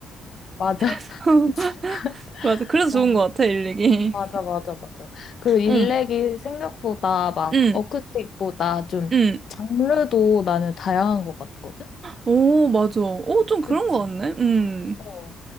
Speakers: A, on the left (about 55°); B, on the right (about 35°).
A: 맞아.
B: <laughs>
A: <laughs>
B: 맞아. 그래서 좋은
A: 어.
B: 것 같아, 일렉이.
A: 맞아, 맞아, 맞아. 그리고 일렉이
B: 응,
A: 생각보다 막
B: 응,
A: 어쿠스틱보다 좀
B: 응.
A: 장르도 나는 다양한 것 같거든?
B: 오, 맞아. 오, 좀 그런
A: 그치.
B: 것 같네. 응,
A: 어.